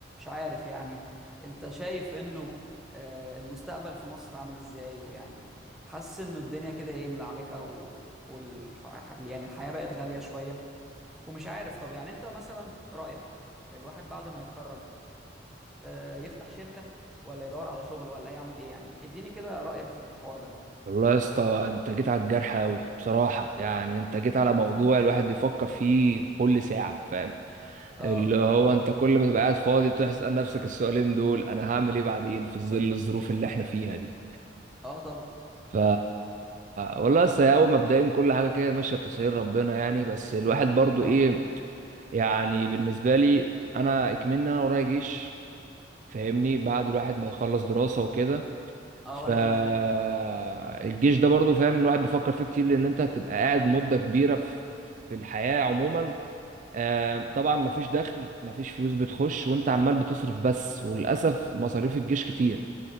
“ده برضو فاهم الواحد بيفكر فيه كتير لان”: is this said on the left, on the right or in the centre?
Right